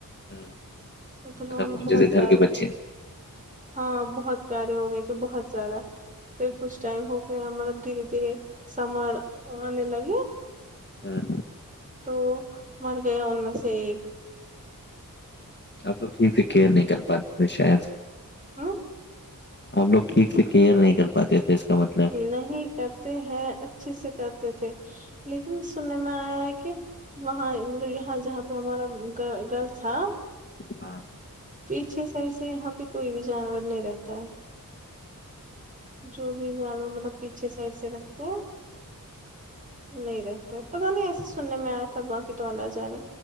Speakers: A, on the left; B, on the right.
A: ہ
B: پھر
A: مطلب
B: ہمیں
A: وہ جیسے
B: بہت پیارے
A: گھر کے بچے
B: ہاں بہت پیارے ہو گئے تھے بہت زیادہ پھر کچھ ٹائم ہو گیا مطلب دھیرے دھیرے سمر آنے لگے
A: ہاں
B: تو مر گیا ان میں سے ایک
A: آپ لوگ ٹھیک سے کیئر نہیں کر پاتے شاید
B: ہوں
A: ہم لوگ ٹھیک سے کیئر نہیں کر پاتے تھے اس کا مطلب
B: نہیں کرتے ہیں اچھے سے کرتے تھے لیکن سننے میں آیا ہے کہ وہاں مطلب یہاں جہاں پہ ہمارا گھر تھا
A: ہاں
B: پیچھے سائڈ سے یہاں پہ کوئی بھی جانور نہیں رہتا ہے جو بھی جانور مطلب پیچھے سائڈ سے رکھتے ہیں نہیں رہ پتا نہیں ایسے سننے میں آیا تھا باقی تو اللہ جانے